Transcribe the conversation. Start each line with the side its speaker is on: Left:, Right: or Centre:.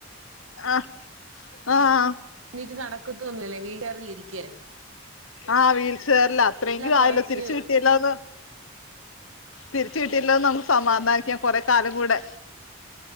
Left: ആഹ് ആഹ്
Right: എണീറ്റു നടക്കുവോ? കിട്ടോന്നില്ല വീണ്ടെറങ്ങിയിരിക്ക്
Left: ആ വീൽചെയറിലാ അത്രെങ്കിലും
Right: കുറച്ച്
Left: ആയല്ലോ തിരിച്ച് കിട്ടിയല്ലോന്ന് തിരിച്ച് കിട്ടിയെല്ലോന്നങ്ങ് സമാധാനിക്കാം കൊറെ കാലം കൂടെ